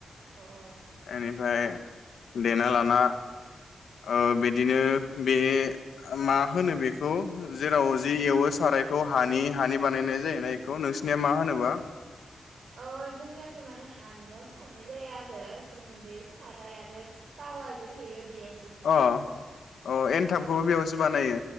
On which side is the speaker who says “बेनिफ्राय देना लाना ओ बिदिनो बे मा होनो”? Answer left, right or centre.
Left